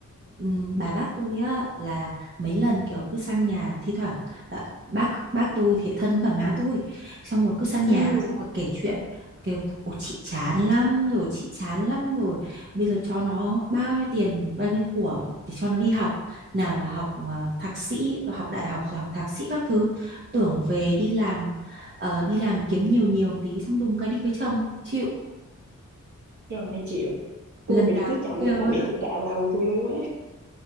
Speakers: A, on the right; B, on the right.
A: ừm, bà bác tôi á là mấy lần kiểu cứ sang nhà thi thoảng bà, bác bác tôi thì thân với cả má tôi xong rồi cứ sang nhà
B: ừ
A: xong rồi kể chuyện kêu ủa chị chán lắm rồi chị chán lắm rồi bây giờ cho nó bao nhiêu tiền bao nhiêu của để cho nó đi học nào là học ờ, thạc sĩ rồi học đại học rồi học thạc sĩ các thứ tưởng về đi làm ờ, đi làm kiếm nhiều nhiều tí xong đùng cái đi cưới chồng chịu
B: rồi chịu tôi
A: lần
B: mà đi
A: nào
B: cưới chồng
A: cũng kêu
B: chắc ba
A: luôn
B: mẹ tôi cạo đầu tôi luôn quá